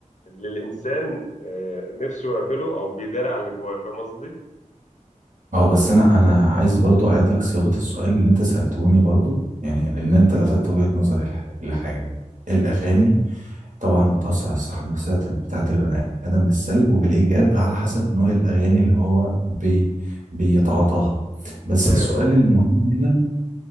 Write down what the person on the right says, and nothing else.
أه بس أنا أنا عايز برضو أعيد لك صياغة السؤال اللي أنت سألتوني برضو يعني لأن أنت لفتت وجهة نظري لح- لحاجة الأغاني طبعا بتأثر على الصحة النفسية بتاعة البني آدم بالسلب وبالإيجاب على حسب نوع الأغاني اللي هو بي بيتعاطاها بس
السؤال
المهم هنا